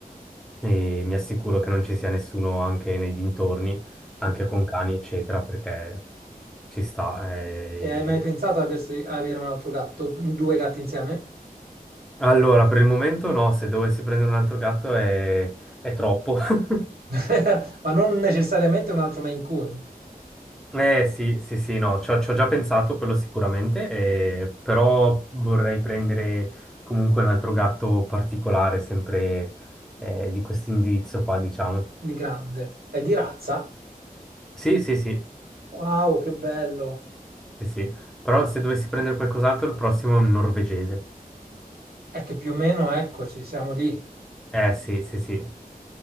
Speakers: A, in the centre; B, on the right.
A: e mi assicuro che non ci sia nessuno anche nei dintorni,
B: che
A: anche
B: bello.
A: con cani, eccetera, perché ci sta. eh.
B: E hai mai pensato a aversi- a avere un altro gatto, due gatti insieme?
A: Allora, per il momento no, se dovessi prendere un altro gatto è, è troppo. <laughs>
B: <laughs> Ma non necessariamente un altro Maine Coon
A: Eh sì, sì, sì, no, ci ho, ci ho già pensato, quello sicuramente, eh, però vorrei prendere comunque un altro gatto particolare, sempre eh, di questo indirizzo qua, diciamo.
B: di grande. È di razza?
A: Sì, sì, sì,
B: Wow, che bello!
A: sì, sì, però se dovessi prendere qualcos'altro, il prossimo è un norvegese.
B: È che più o meno, eccoci, siamo lì.
A: Eh sì, sì, sì.